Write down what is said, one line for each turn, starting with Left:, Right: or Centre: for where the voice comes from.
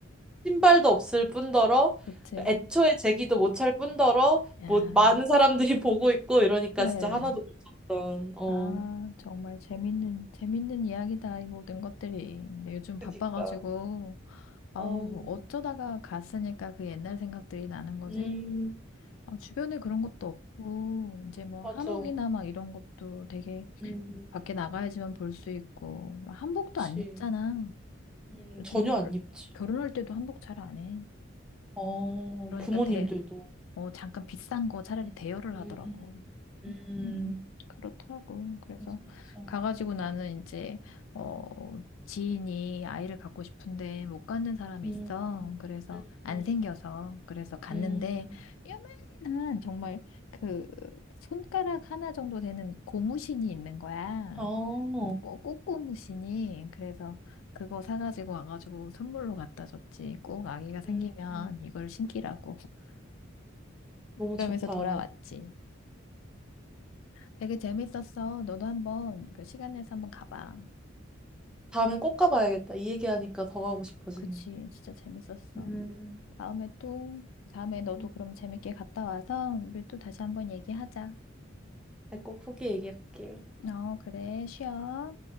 Centre: 신발도 없을 뿐더러
Left: 그치.
Centre: 그 애초에 제기도 못 찰 뿐더러
Left: 야,
Centre: 뭐 많은 사람들이 <laughs> 보고 있고 이러니까
Left: 그래.
Centre: 진짜 하나도 못 샀던 어
Left: 아, 정말 재밌는, 재밌는 이야기다, 이 모든 것들이. 근데 요즘 바빠가지고,
Centre: 그니까
Left: 아우,
Centre: 음,
Left: 어쩌다가 갔으니까 그 옛날 생각들이 나는 거지.
Centre: 음
Left: 아, 주변에 그런 것도 없고, 이제 뭐
Centre: 맞아
Left: 한옥이나 막 이런 것도 되게
Centre: 음
Left: 밖에 나가야지만 볼 수 있고, 한복도
Centre: 그치
Left: 안 입잖아.
Centre: 음
Left: 요즘
Centre: 전혀 안
Left: 결-
Centre: 입지
Left: 결혼할 때도 한복 잘 안 해.
Centre: 어
Left: 그러니까
Centre: 부모님들도
Left: 대, 어, 잠깐 비싼 거 차라리
Centre: 음
Left: 대여를 하더라고.
Centre: 음 음 음.
Left: 음, 그렇더라고. 그래서
Centre: 맞아 맞아
Left: 가가지고 나는 이제 어 지인이 아이를 갖고 싶은데 못 갖는 사람이
Centre: 음
Left: 있어.
Centre: 음
Left: 그래서 안
Centre: 음
Left: 생겨서 그래서 갔는데
Centre: 음
Left: 요만한 정말 그 손가락 하나 정도 되는 고무신이 있는 거야.
Centre: 어
Left: 꼬- 꽃고무신이 그래서 그거 사가지고 와가지고 선물로 갖다 줬지. 꼭 아기가 생기면
Centre: 음, 음.
Left: 이걸 신기라고. <laughs>
Centre: 너무
Left: 그러면서
Centre: 좋다
Left: 돌아왔지. 되게 재밌었어. 너도 한번 그 시간 내서 한번 가봐.
Centre: 다음엔 꼭 가봐야겠다. 이 얘기하니까 더 가고 싶어지네.
Left: 그치, 진짜 재밌었어.
Centre: 음.
Left: 다음에 또, 다음에 너도
Centre: 음.
Left: 그럼 재밌게 갔다 와서 우리 또 다시 한번 얘기하자.
Centre: 꼭 후기 얘기할게.
Left: 어, 그래, 쉬어.